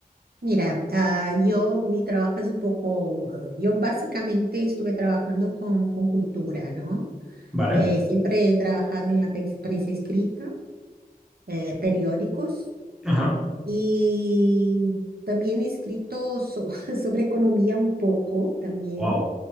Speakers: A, on the right; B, in the centre.
A: Mira, ah, yo, mi trabajo es un poco, ah, yo básicamente estuve trabajando con, con cultura, ¿no?
B: Vale.
A: Eh, siempre he trabajado en la prensa prensa escrita, eh, periódicos
B: Ajá.
A: y también he escrito so- <laughs> sobre economía un poco, también,
B: Wow.